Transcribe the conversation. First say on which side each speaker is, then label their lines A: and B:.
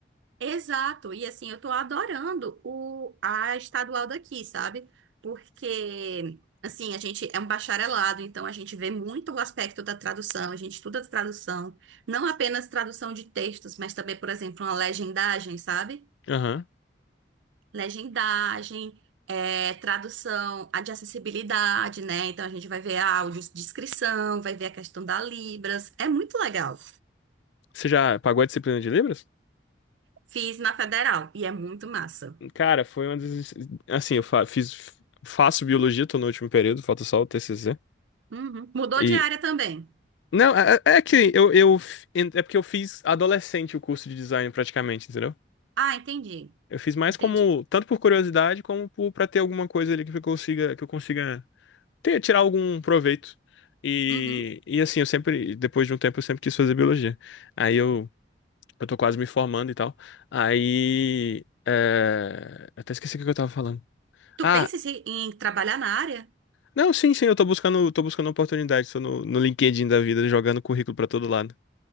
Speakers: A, on the right; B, on the left.
A: Exato, e assim, eu tô adorando o, a estadual daqui, sabe? Porque, assim, a gente é um bacharelado, então a gente vê muito o aspecto da tradução, a gente estuda tradução, não apenas tradução de textos, mas também, por exemplo, uma legendagem, sabe?
B: Aham.
A: Legendagem, é, tradução a de acessibilidade, né? Então a gente vai ver áudios, descrição, vai ver a questão da Libras, é muito legal.
B: Você já pagou a disciplina de Libras?
A: Fiz na federal e é muito massa.
B: Cara, foi uma das. Assim, eu fa- fiz, faço biologia, tô no último período, falta só o TCC.
A: Uhum. Mudou
B: E.
A: de área também.
B: Não, é, é é que eu, eu. f- É porque eu fiz adolescente o curso de design praticamente, entendeu?
A: Ah, entendi.
B: Eu fiz mais
A: Entendi.
B: como. Tanto por curiosidade, como por, pra ter alguma coisa ali que eu consiga. Que eu consiga ter, tirar algum proveito. E,
A: Uhum.
B: e assim, eu sempre. Depois de um tempo, eu sempre quis fazer biologia. Aí eu. Eu tô quase me formando e tal. Aí. É... eu Até esqueci o que eu tava falando.
A: Tu
B: Ah,
A: pensa em se- em trabalhar na área?
B: não, sim, sim, eu tô buscando, tô buscando oportunidade. Tô no, no LinkedIn da vida, jogando currículo pra todo lado.